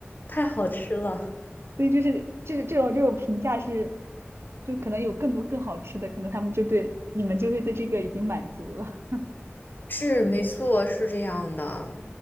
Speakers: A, on the left; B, on the right.
A: 太好吃了。
B: 所以就是这这种这种评价是，就可能有更多更好吃的，可能他们就对你们就会对这个已经满足了。
A: 是，没错，是这样的。